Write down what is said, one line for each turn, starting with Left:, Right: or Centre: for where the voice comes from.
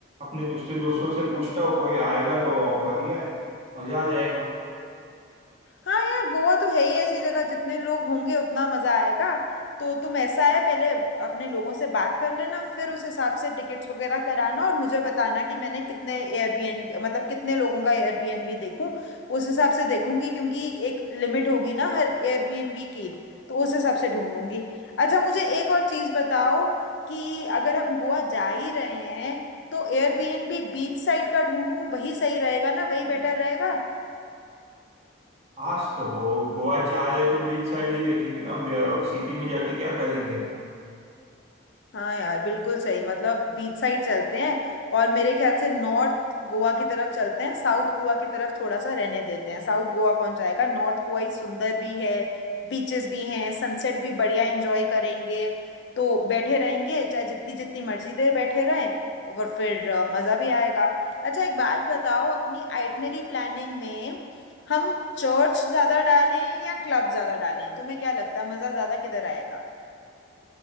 Right: अपने दूसरे दोस्तों से पूछता हूँ कोई आएगा तो बढ़िया है मजा आ जाएगा
Left: हाँ यार गोवा तो है ही ऐसी जगह जितने लोग होंगे उतना मजा आएगा तो तुम ऐसा है पहले अपने लोगों से बात कर लेना फिर उस हिसाब से टिकट्स वगैरह कराना और मुझे बताना कि मैंने कितने एयरबीएन मतलब कितने लोगों का एयरबीएनबी देखूं उस हिसाब से देखूंगी क्योंकि एक लिमिट होगी ना हर एयरबीएनबी की तो उस हिसाब से ढूंढूंगी अच्छा मुझे एक और चीज़ बताओ कि अगर हम गोवा जा ही रहे हैं तो एयरबीएनबी बीच साइड का ढूंढूं वही सही रहेगा ना वही बेटर रहेगा
Right: आज तो हो गोवा जा रहे तो बीच साइड ही देखेंगे ना अब सिटी में जाके क्या करेंगे
Left: हाँ यार बिल्कुल सही मतलब बीच साइड चलते हैं और मेरे ख्याल से नॉर्थ गोवा की तरफ चलते हैं साउथ गोवा की तरफ थोड़ा सा रहने देते हैं साउथ गोवा कौन जाएगा नॉर्थ गोवा ही सुंदर भी है बीचेस भी हैं सनसेट भी बढ़िया एंजॉय करेंगे तो बैठे रहेंगे चाहे जितनी जितनी मर्जी देर बैठे रहें और फिर अ, मज़ा भी आएगा अच्छा एक बात बताओ अपनी आइटनरी प्लानिंग में हम चर्च ज़्यादा डालें या क्लब ज़्यादा डालें तुम्हें क्या लगता है मज़ा ज़्यादा किधर आएगा